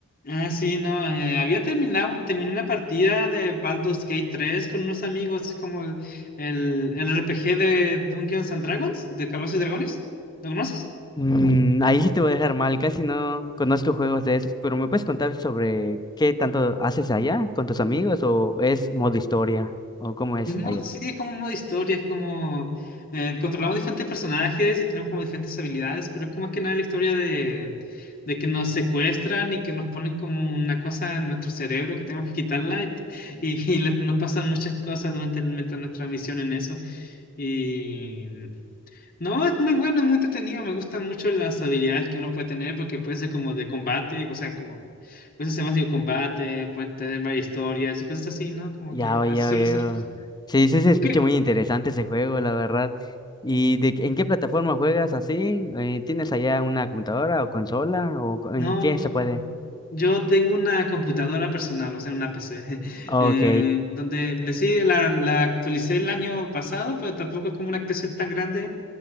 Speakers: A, on the left (about 45°); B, on the left (about 20°).
A: Ah, sí, no, eh, había terminado, terminé una partida de Baldur's Gate tres con unos amigos, como el, el RPG de Dungeons and Dragons, de Calabozos y Dragones. ¿Lo conoces?
B: Mm, ahí sí te voy a dejar mal, casi no conozco juegos de esos, pero ¿me puedes contar sobre qué tanto haces allá con tus amigos o es modo historia o cómo es
A: Es modo-
B: allá?
A: sí, es como un modo historia, es como eh, controlamos diferentes personajes y tenemos como diferentes habilidades, pero es como más que nada la historia de, de que nos secuestran y que nos ponen como una cosa en nuestro cerebro que tenemos que quitarla y, y- y le- nos pasan muchas cosas durante mientras nuestra misión en eso. Y no, es muy bueno, es muy entretenido, me gustan mucho las habilidades que uno puede tener porque puede ser como de combate, o sea, como puedes hacer básico combate, puede tener varias historias y cosas así, ¿no? Como
B: Ya,
A: que
B: oye,
A: así
B: oye.
A: suele ser.
B: Sí, sí, se
A: ¿Tú
B: escucha
A: qué
B: muy interesante ese juego, la verdad. ¿Y de, qué- en qué plataforma juegas así? Eh, ¿Tienes allá una computadora o consola o co- en
A: No,
B: qué
A: yo,
B: se puede?
A: yo tengo una computadora personal, o sea, una PC, <laughs>
B: Ok.
A: eh, donde le sí, la, la actualicé el año pasado, pero tampoco es como una actualización tan grande,